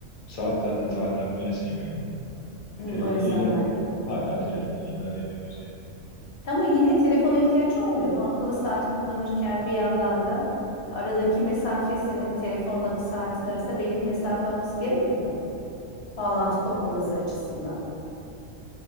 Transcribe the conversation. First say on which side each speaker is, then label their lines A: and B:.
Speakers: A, on the left; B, on the left.
A: Saat zaten saat takmayı da sevmiyorum.
B: Hı,
A: Telefonla
B: o yüzden
A: ila
B: belki.
A: hala telefonla idare ediyoruz yani.
B: Ama yine telefona ihtiyaç olmuyor mu? Akıllı saat kullanırken bir yandan da aradaki mesafesinin telefonla saatin arasında belli bir mesafe olması gerekmiyor mu? Bağlantı kopmaması açısından.